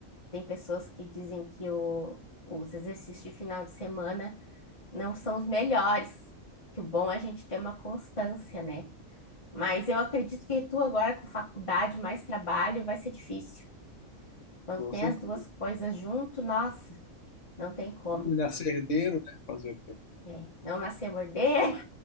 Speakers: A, on the left (about 25°); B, on the left (about 60°).
A: Tem pessoas que dizem que o- os exercícios de final de semana não são os melhores, que o bom é a gente ter uma constância, né? Mas eu acredito que tu agora com faculdade mais trabalho vai ser difícil. Quando
B: Com
A: tem
B: certeza.
A: as duas coisas junto, nossa, não tem como.
B: Fui Nascer herdeiro, né? Fazer o quê?
A: É, não nascer morder.